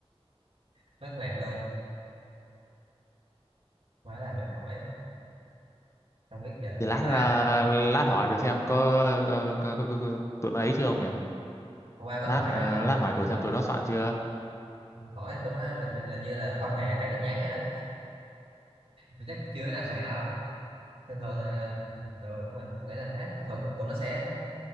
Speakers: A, on the right (about 65°); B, on the left (about 25°).
A: <laughs> mất mệt luôn quá là mệt mỏi không biết giờ
B: để lát
A: ai
B: ờ,
A: hôm qua
B: lát hỏi thử xem có, ờ, có, có, có, có tụi nó ấy chưa ông nhỉ
A: hôm qua có
B: lát
A: hỏi
B: ờ,
A: đó
B: lát
A: mà tao
B: hỏi thử
A: mà
B: xem tụi nó soạn chưa
A: hỏi tụi nó là, là như là không hề thấy tin nhắn này đó Mà chắc chưa cái nào soạn đâu thường thường là ừ, đúng rồi tôi nghĩ là thế thường thường tụi nó sẽ